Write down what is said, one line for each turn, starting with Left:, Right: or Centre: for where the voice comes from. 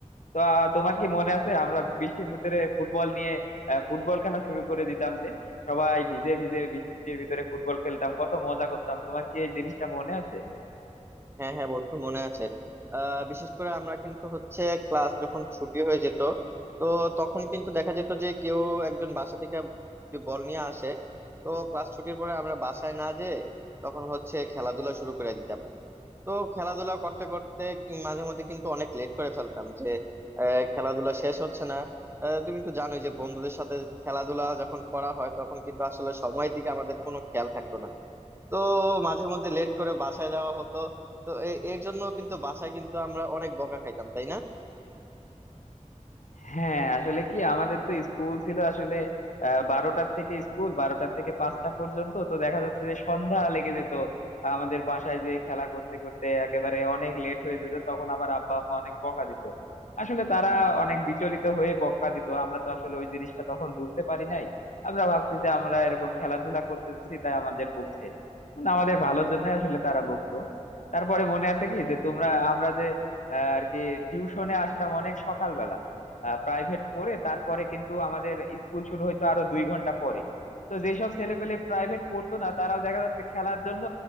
Left: তো আহ, তোমার কি মনে আছে আমরা বৃষ্টির ভিতরে ফুটবল নিয়ে আহ, ফুটবল খেলা শুরু করে দিতাম যে সবাই ভিজে ভিজে বৃষ্টির ভিতরে ফুটবল খেলতাম কত মজা করতাম তোমার কি এই জিনিসটা মনে আছে
Right: হ্যাঁ হ্যাঁ বন্ধু মনে আছে আহ বিশেষ করে আমরা কিন্তু হচ্ছে ক্লাস যখন ছুটি হয়ে যেত তো তখন কিন্তু দেখা যেত যে কেউ একজন বাসা থেকে যে বল নিয়ে আসে তো ক্লাস ছুটির পরে আমরা বাসায় না যেয়ে তখন হচ্ছে খেলাধুলা শুরু করে দিতাম তো খেলাধুলা করতে করতে উম মাঝে মধ্যে কিন্তু অনেক লেট করে ফেলতাম যে আহ, খেলাধুলা শেষ হচ্ছে না আহ, তুমি তো জানোই যে বন্ধুদের সাথে খেলাধুলা যখন করা হয় তখন কিন্তু আসলে সময়ের দিকে আমাদের কোনো খেয়াল থাকতো না তো মাঝে মধ্যে লেট করে বাসায় যাওয়া হতো তো এ- এর জন্য কিন্তু বাসায় কিন্তু আমরা অনেক বকা খাইতাম তাই না
Left: হ্যাঁ আসলে কি আমাদের তো স্কুল ছিল আসলে আহ, বারোটার থেকে স্কুল বারোটার থেকে পাঁচটা পর্যন্ত তো দেখা যাচ্ছে যে সন্ধ্যা লেগে যেত আমাদের বাসায় যে খেলা করতে করতে একেবারে অনেক লেট হয়ে যেত তখন আবার আব্বা আম্মা অনেক বকা দিত আসলে তারা অনেক বিচলিত হয়ে বকা দিত আমরা তো আসলে ওই জিনিসটা তখন বুঝতে পারি নাই আমরা ভাবছি যে আমরা এরকম খেলাধুলা করতেছি তাই আমাদের বকছে না, আমাদের ভালোর জন্য আসলে তারা বকতো তারপরে মনে আছে কি যে তোমরা আমরা যে আহ, আর কি টিউশনে আসতাম অনেক সকালবেলা প্রাইভেট পড়ে তারপরে কিন্তু আমাদের স্কুল শুরু হইতো আরো দুই ঘন্টা পরে তো যেসব ছেলেপেলে প্রাইভেট পড়তো না তারাও দেখা যাচ্ছে খেলার জন্য